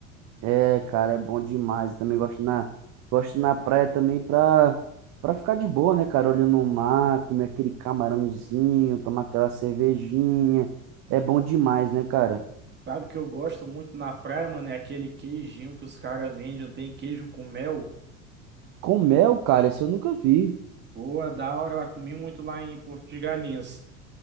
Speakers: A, on the right (about 40°); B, on the right (about 25°).
A: É, cara, é bom demais. Eu também gosto na, gosto na praia também pra, pra ficar de boa, né, cara? Olhando o mar, comer aquele camarãozinho, tomar aquela cervejinha. É bom demais, né, cara?
B: Sabe o que eu gosto muito na praia, mano? É aquele queijinho que os caras vendem, tem queijo com mel.
A: Com mel, cara, esse eu nunca vi.
B: Pô, é da hora lá, comi muito lá em Porto de Galinhas.